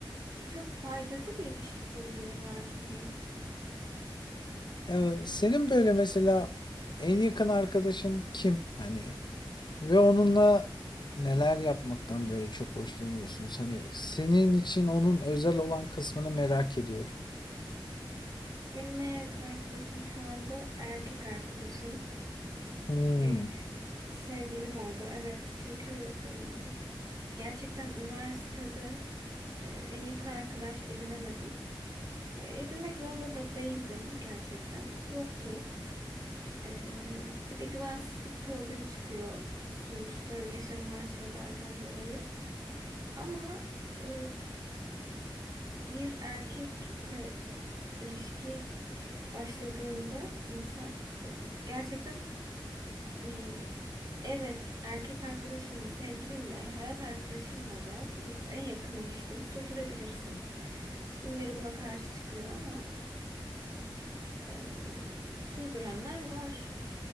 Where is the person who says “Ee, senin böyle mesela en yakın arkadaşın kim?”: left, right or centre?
Left